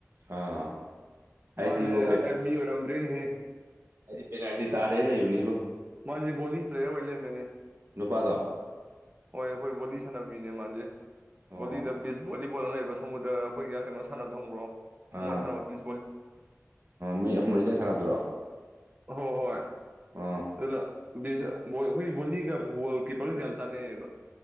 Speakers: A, on the right; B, on the right.
A: ꯑꯥ ꯑꯩꯗꯤꯕꯣ
B: ꯃꯥꯦ ꯑꯔꯦ ꯃꯤ ꯑꯣ ꯑꯝꯔꯤꯟ ꯍꯦ
A: ꯍꯥꯏꯗꯤ ꯄꯦꯅꯥꯜꯇꯤ ꯇꯥꯔꯦ ꯂꯩꯌꯅꯤꯕꯣ
B: ꯃꯥ ꯣꯗꯤ ꯄ꯭ꯂꯦꯔ ꯑꯣꯏ ꯃꯅꯦ
A: ꯅꯨꯄꯥꯗꯣ
B: ꯍꯣꯏ ꯑꯩꯈꯣꯏ ꯕꯣꯂꯤ ꯁꯥꯟꯅꯕꯃꯤꯅꯦ ꯃꯥꯁꯦ
A: ꯑꯣ
B: ꯕꯣꯂꯤꯗ ꯕꯤꯁ ꯕꯣ ꯗ ꯂꯩꯕ ꯁꯃꯨꯗ꯭ꯔ ꯑꯩꯈꯣꯏꯒ ꯀꯩꯅꯣ ꯁꯥꯟꯅꯕ ꯊꯣꯡꯕ꯭ꯔꯣ ꯈꯣꯡꯕꯥ
A: ꯑꯥ
B: ꯁꯥꯟꯅꯕꯕꯤ
A: ꯃꯤ ꯑꯍꯨꯝ ꯃꯔꯤꯗ ꯁꯥꯟꯅꯕꯗ꯭ꯔꯣ
B: ꯍꯣ ꯍꯣꯏ
A: ꯑ
B: ꯑꯗꯨ ꯑꯩꯈꯣꯏ ꯕꯣꯂꯤꯒ ꯒꯣꯜ ꯀꯤꯄꯔꯒ ꯀꯌꯥ ꯆꯥꯟꯅꯩꯌꯦꯕ